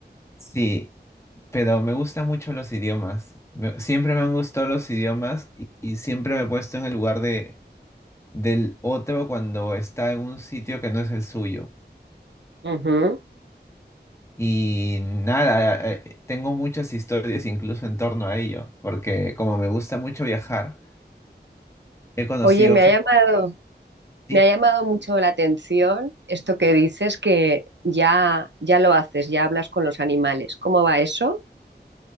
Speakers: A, on the left; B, on the right.
A: Sí, pero me gustan mucho los idiomas. Me- siempre me han gustado los idiomas y, y siempre me he puesto en el lugar de, del otro cuando está en un sitio que no es el suyo.
B: Ujú.
A: Y nada, eh, eh, tengo muchas historias incluso en torno a ello, porque como me gusta mucho viajar, he conocido
B: Oye, me
A: gente.
B: ha llamado,
A: Sí,
B: me ha llamado mucho la atención esto que dices que ya, ya lo haces, ya hablas con los animales. ¿Cómo va eso?